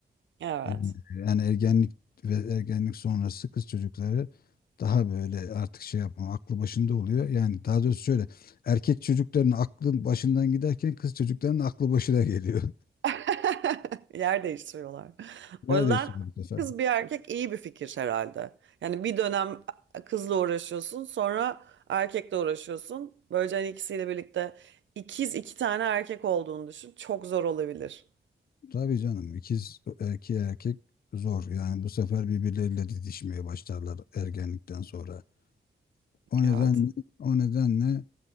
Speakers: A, on the right; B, on the left.
A: Evet.
B: Yani, yani ergenlik ve ergenlik sonrası kız çocukları daha böyle artık şey yapma, aklı başında oluyor. Yani daha doğrusu şöyle erkek çocukların aklı başından giderken kız çocukların aklı başına geliyor. <laughs>
A: <laughs> Yer değiştiriyorlar.
B: Neredeyse
A: O yüzden
B: bu sefer.
A: kız bir erkek iyi bir fikir herhalde. Yani bir dönem kızla uğraşıyorsun, sonra erkekle uğraşıyorsun. Böylece hani ikisiyle birlikte ikiz iki tane erkek olduğunu düşün. Çok zor olabilir.
B: Tabii canım ikiz erkeğe erkek zor. Yani bu sefer birbirleriyle didişmeye başlarlar ergenlikten sonra. O nedenle,
A: Evet.
B: o nedenle